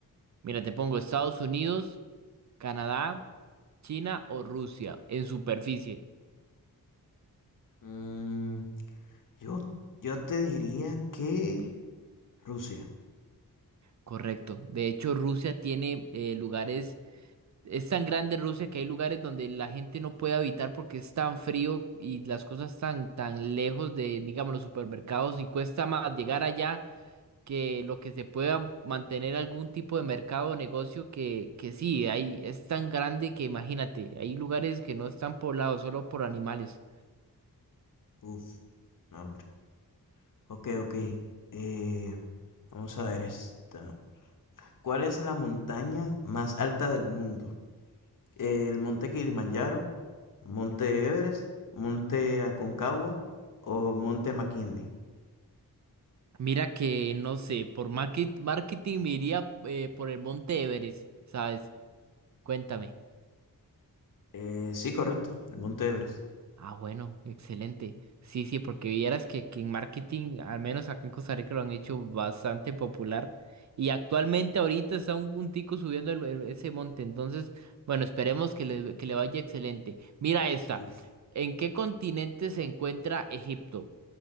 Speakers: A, on the right (about 50°); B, on the left (about 60°).
A: Mira, te pongo Estados Unidos, Canadá, China o Rusia en superficie.
B: Mm, Yo, yo te diría que Rusia.
A: Correcto. De hecho, Rusia tiene eh, lugares, es tan grande Rusia que hay lugares donde la gente no puede habitar porque es tan frío y las cosas tan, tan lejos de, digamos, los supermercados y cuesta más llegar allá que lo que se pueda mantener algún tipo de mercado o negocio que, que sí, ahí es tan grande que imagínate, hay lugares que no están poblados solo por animales.
B: Uf, no, hombre. Ok, ok. Eh, vamos a ver esta. ¿Cuál es la montaña más alta del mundo? ¿El monte Kilimanjaro, monte Everest, monte Aconcagua o monte McKinley?
A: Mira que, no sé, por market- marketing me iría eh, por el Monte Everest, ¿sabes? Cuéntame.
B: Eh, sí, correcto, el monte Everest.
A: Ah, bueno, excelente. Sí, sí, porque vieras que, que en marketing, al menos acá en Costa Rica, lo han hecho bastante popular. Y actualmente ahorita está un, un tico subiendo el- el- ese monte. Entonces, bueno, esperemos que le, que le vaya excelente. Mira esta.
B: Uf,
A: ¿En qué continente se encuentra Egipto?